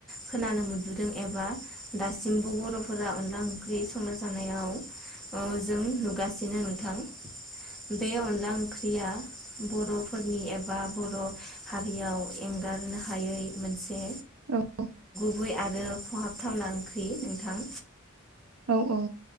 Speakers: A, in the centre; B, on the right.
A: खोनानो मोनबोदों एबा दा सिम्बु बरफोरा अनला ओंख्रि संना जानायाव अ जों नुगासिनो नोंथां बे अनला ओंख्रिया बरफोरनि एबा बर हारियाव एंगारनो हायै मोनसे
B: औ
A: गुबै आरो खहाबथावना ओंख्रि नोंथां
B: औ औ